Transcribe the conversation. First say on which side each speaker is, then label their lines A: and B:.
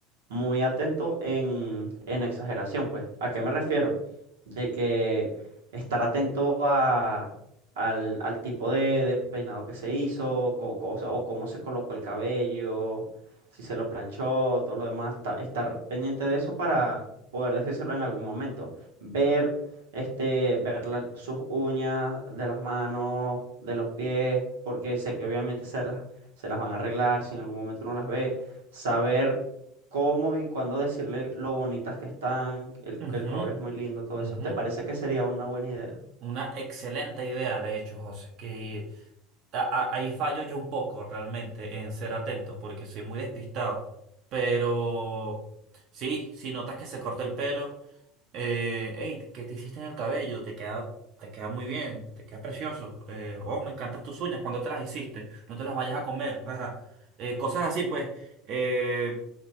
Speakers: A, on the right; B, on the right.
A: muy atento en, en exageración, pues. ¿A qué me refiero? De que estar atento a, al, al tipo de, de peinado que se hizo, co- co- o, sea, o cómo se colocó el cabello, si se lo planchó, todo lo demás, ta- estar pendiente de eso para poder decírselo en algún momento. Ver, este, ver la- sus uñas de las manos, de los pies, porque sé que obviamente se las, se las van a arreglar, si en algún momento uno las ve saber cómo y cuándo decirle lo bonitas que están, el, que
B: Ujú,
A: el color es muy lindo, todo eso.
B: ujú.
A: ¿Te parece que sería una buena idea?
B: Una excelente idea, de hecho, José, que a- a- ahí fallo yo un poco realmente en ser atento porque soy muy despistado, pero sí, si notas que se corta el pelo. Eh, hey, ¿qué te hiciste en el cabello? Te queda, te queda muy bien, te queda precioso. Eh, oh, me encantan tus uñas, cuando te las hiciste? No te las vayas a comer. Ajá. Eh, cosas así, pues. Eh,